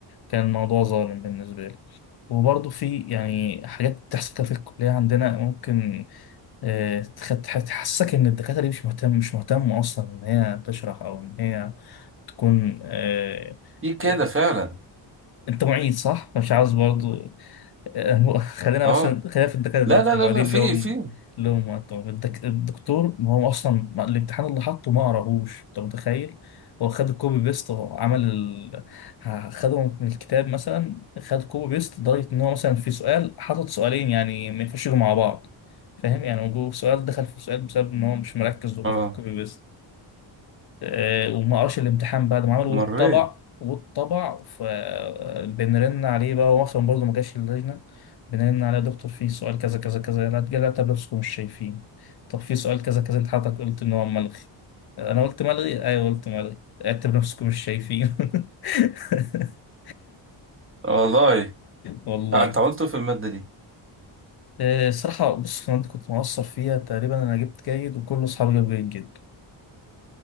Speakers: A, on the left; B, on the right.
A: كان الموضوع ظالم بالنسبة لي وبرضه في يعني حاجات بتحصل كده في الكلية عندنا ممكن آه، تخ- تح- تحسسك إن الدكاترة دي مش مهتم مش مهتمة أصلا إن هي تشرح أو إن هي تكون آه،
B: في كده
A: آه،
B: فعلا
A: أنت معيد صح؟ مش عاوز برضه <laughs> هو خلينا
B: اه
A: مثلا خلينا في الدكاترة دلوقتي
B: لا لا
A: المعيدين
B: لا لا في
A: لهم
B: في
A: لهم وقتهم الدك... الدكتور ما هو أصلا ما- الامتحان اللي حطه ما قراهوش أنت متخيل؟ هو خد الكوبي بيست هو عمل ال... ه- خده من الكتاب مثلا خد كوبي بيست لدرجة إن هو مثلا في سؤال حاطط سؤالين يعني ما ينفعش يجوا مع بعض فاهم يعني وجوه سؤال دخل في سؤال بسبب إن هو مش مركز وبياخد
B: اه
A: كوبي بيست آه، وما قراش الامتحان بعد ما عمله
B: مريت
A: والطبع والطبع فبنرن عليه بقى هو اصلا برضه ما جاش اللجنه بنرن عليه يا دكتور في سؤال كذا كذا كذا لا تجلى طب لابسكم مش شايفين طب في سؤال كذا كذا انت حضرتك قلت ان هو ملغي انا قلت ملغي ايوه قلت ملغي اعتبر نفسكم مش شايفين <laughs>
B: آه، والله
A: والله
B: آه انت عملته في المادة دي
A: آه، الصراحه بص انا كنت مقصر فيها تقريبا انا جبت جيد وكل اصحابي جابوا جيد جدا